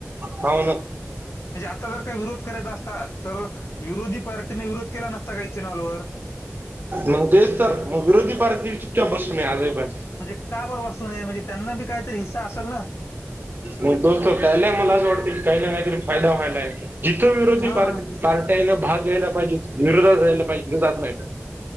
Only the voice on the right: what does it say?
होन.
मग तेच तर मग विरोधी पार्टी चुपक्या बसून आजही पण.
नाही दोस्तो त्याला मला असं वाटतं की काही ना काहीतरी फायदा व्हायला आहे जिथं विरोधी
पारथ. पार्ट्यान भाग घ्यायला पाहिजे विरोधात जायला पाहिजे जात नाही.